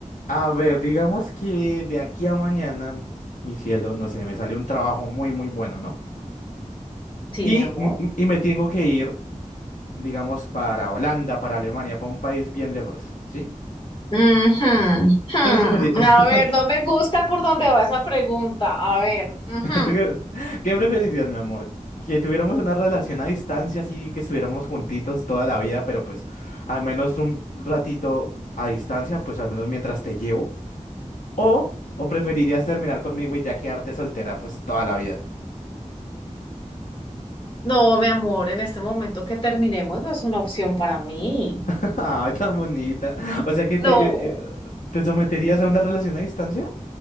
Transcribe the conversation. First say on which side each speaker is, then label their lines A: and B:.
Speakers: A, on the left; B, on the left.
A: A ver, digamos que de aquí a mañana, mi cielo, no sé, me sale un trabajo muy, muy bueno, ¿no?
B: Sí,
A: Y,
B: mi amor.
A: m- m- y me tengo que ir, digamos, para Holanda, para Alemania, para un país bien lejos, ¿sí?
B: Ujú, ujú.
A: ¿Tú qué preferir- <laughs>
B: A ver, no me gusta por dónde va esa pregunta. A ver, ujú.
A: qué, qué preferirías, mi amor? ¿Que tuviéramos una relación a distancia, así que estuviéramos juntitos toda la vida, pero pues al menos un ratito a distancia, pues al menos mientras te llevo? ¿O, o preferirías terminar conmigo y ya quedarte soltera, pues toda la vida?
B: No, mi amor, en este momento que terminemos no es una opción para mí.
A: <laughs> Ay, tan bonita. O sea que
B: No,
A: te, eh, eh, ¿te someterías a una relación a distancia?